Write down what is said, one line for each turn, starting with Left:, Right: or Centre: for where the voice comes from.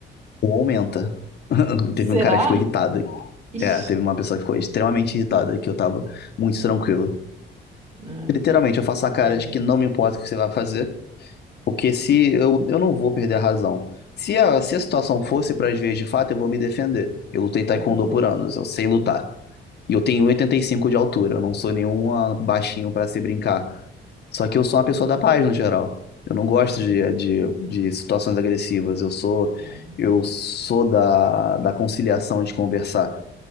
Left: ou aumenta. <laughs>
Right: <laughs> Será?
Left: Teve um cara que ficou irritado.
Right: Ixi,
Left: É, teve uma pessoa que ficou extremamente irritada, que eu tava muito tranquilo.
Right: né?
Left: Literalmente, eu faço a cara
Right: Pena.
Left: de que não me importa o que você vai fazer, Porque se eu, eu não vou perder a razão. Se a, se
Right: Claro.
Left: a situação fosse para as veias de fato, eu vou me defender. Eu lutei taekwondo
Right: Aham,
Left: por anos, eu sei lutar. E eu tenho 85 de altura, eu não sou nenhum ah, baixinho para se brincar. Só que eu sou uma pessoa da paz no geral. Eu não gosto
Right: Sim,
Left: de, de, de situações agressivas. Eu sou
Right: claro.
Left: eu sou da, da conciliação de conversar.